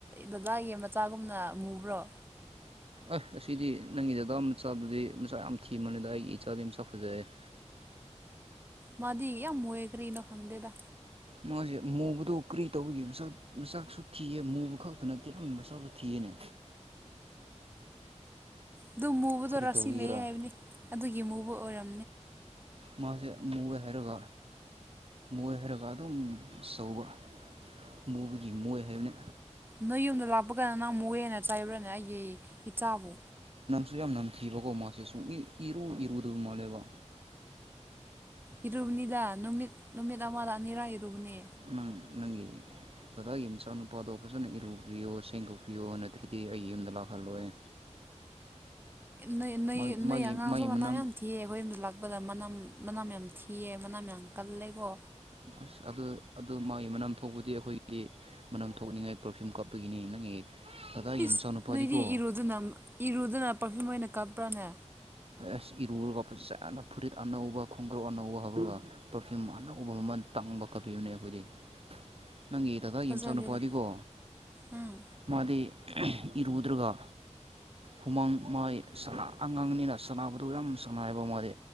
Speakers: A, on the right; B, on the right.
A: ꯗꯗꯥꯒꯤ ꯃꯆꯥꯒꯨꯝꯅ ꯃꯨꯕ꯭ꯔꯣ
B: ꯑꯁ ꯑꯁꯤꯗꯤ ꯅꯪꯒꯤ ꯗꯗꯥ ꯃꯆꯥꯗꯨꯗꯤ ꯃꯆꯥ ꯌꯥꯝ ꯊꯤꯕꯅꯤꯗ ꯑꯩꯒꯤ ꯏꯆꯥꯗꯤ ꯌꯥꯝꯆꯥ ꯐꯖꯩꯑꯦ <unintelligible>
A: ꯃꯙ ꯀ ꯃꯣꯌꯦꯛ ꯀꯔꯤꯅ ꯈꯥꯟꯗꯦꯗ
B: ꯃꯥꯁꯦ ꯃꯨꯕꯗꯣ ꯀ꯭ꯔꯤ ꯇꯧꯕꯒꯤ ꯃꯆꯥꯛ ꯃꯆꯥꯛꯁꯨ ꯊꯤꯑ ꯃꯨꯕ ꯈꯛꯇ ꯅꯠꯇꯦ ꯑꯃꯒꯤ ꯃꯆꯥꯛ ꯊꯅ
A: ꯑꯗꯨ ꯃꯨꯕꯗꯣ ꯔꯥꯁꯤ
B: ꯇꯧꯕꯤꯒꯦꯔꯥ
A: ꯂꯩ ꯍꯥꯏꯕꯅꯤ ꯑꯗꯨꯒꯤ ꯃꯨꯕ ꯑꯣꯏꯔꯝ
B: ꯃꯥꯁꯦ ꯃꯨꯋ ꯍꯥꯏꯔꯒ ꯃꯣꯏ ꯍꯥꯏꯔꯒ ꯑꯗꯨꯝꯆꯧꯕ ꯃꯨꯕꯒꯤ ꯃꯣꯏ ꯍꯥꯏꯕꯅ
A: ꯅꯣꯏ ꯌꯨꯝꯗ ꯂꯥꯛꯄ ꯀꯗ ꯅꯪ ꯃꯨꯛ ꯍꯦꯅ ꯆꯥꯏꯔꯨꯔꯅꯦ ꯑꯩꯒꯤ ꯏꯆꯥꯕꯨ
B: ꯁꯨ ꯌꯥꯝ ꯅꯝꯊꯤꯕꯀꯣ ꯃꯥꯁꯦ ꯁꯨꯡ ꯏꯔꯨ ꯏꯔꯨꯗꯕ ꯃꯥꯜꯂꯦꯕ
A: ꯏꯔꯨꯕꯅꯤꯗ ꯅꯨꯃꯤꯠ ꯅꯨꯃꯤꯠ ꯑꯃꯗ ꯑꯅꯤꯔꯛ ꯏꯔꯨꯕꯅꯤ
B: ꯪ ꯅꯪꯒꯤꯤ ꯗꯗꯥꯒꯤ ꯃꯆꯥ ꯅꯨꯨꯄꯥꯗꯣ ꯐꯖꯅ ꯏꯔꯨꯕꯤꯌꯣ ꯁꯦꯡꯗꯣꯛꯄꯤꯌꯣ ꯅꯠꯇ꯭ꯔꯗꯤ ꯑꯩ ꯌꯨꯝꯗ ꯂꯥꯛꯍꯜꯂꯣꯏ <unintelligible>
A: ꯅꯣꯏ ꯅꯣꯏ
B: ꯃꯥꯒꯤ ꯃꯥꯒꯤ
A: ꯅꯣꯏ ꯑꯉꯥꯡꯁꯨ
B: ꯃꯥꯒꯤ ꯃꯅꯝ
A: ꯃꯅꯥ ꯌꯥꯝ ꯊꯤꯑ ꯑꯩꯈꯣꯏ ꯌꯨꯝꯗ ꯂꯥꯛꯄꯗ ꯃꯅꯥ ꯎ ꯃꯅꯥ ꯃꯌꯥꯝ ꯊꯤꯌꯦ ꯃꯅꯥ ꯃꯌꯥꯝ ꯀꯜꯂꯦꯀꯣ
B: ꯑ ꯑꯗꯨ ꯑꯗꯨ ꯃꯥꯒꯤ ꯃꯅꯝ ꯊꯣꯛꯄꯗꯤ ꯑꯩꯈꯣꯏꯒꯤꯗꯤ ꯃꯅꯝ ꯊꯣꯛꯅꯤꯡꯉꯥꯏ ꯄꯔꯐ꯭ꯌꯨꯝ ꯀꯥꯞꯄꯒꯤꯅꯤ ꯅꯪꯒꯤ ꯗꯗꯥꯒꯤ
A: ꯏꯁ
B: ꯃꯆꯥꯅꯨꯄꯥꯗꯤꯀꯣ
A: ꯅꯣꯏꯗꯤ ꯏꯔꯨꯗꯅ ꯏꯔꯨꯗꯅ ꯄꯔꯐꯤꯌꯨꯝ ꯑꯣꯏꯅ ꯀꯥꯞꯄ꯭ꯔꯥꯅꯦ
B: ꯑꯁ ꯏꯔꯨꯨꯔꯒꯄꯦ ꯆꯥꯅ ꯐꯨꯔꯤꯠ ꯑꯅꯧꯕ ꯈꯣꯡꯒ꯭ꯔꯧ ꯑꯅꯧ ꯌꯨꯝ ꯑꯅꯧꯕ ꯃꯃꯜ ꯇꯡꯕ ꯈꯣꯠꯄꯤꯕꯅꯦ ꯑꯩꯈꯣꯏꯗꯤ ꯅꯪꯒꯤ ꯗꯗꯥꯒꯤ
A: ꯊꯥꯖꯗꯦꯗ
B: ꯃꯆꯥꯅꯨꯄꯥꯗꯤꯀꯣ
A: ꯎꯝ
B: ꯃꯥꯗꯤ ꯏꯔꯨꯗ꯭ꯔꯒ ꯍꯨꯃꯥꯡ ꯃꯥꯏ ꯁꯂꯥ ꯑꯉꯥꯡꯅꯤꯅ ꯁꯅꯕꯗꯣ ꯌꯥꯝ ꯁꯅꯥꯏꯕ ꯃꯥꯗꯤ